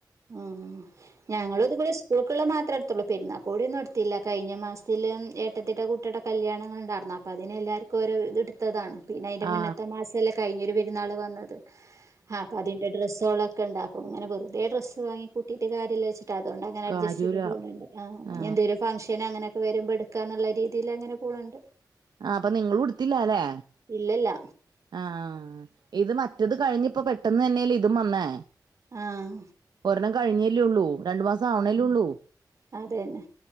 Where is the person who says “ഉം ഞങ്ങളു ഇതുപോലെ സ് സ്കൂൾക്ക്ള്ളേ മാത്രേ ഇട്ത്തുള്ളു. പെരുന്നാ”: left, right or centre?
Right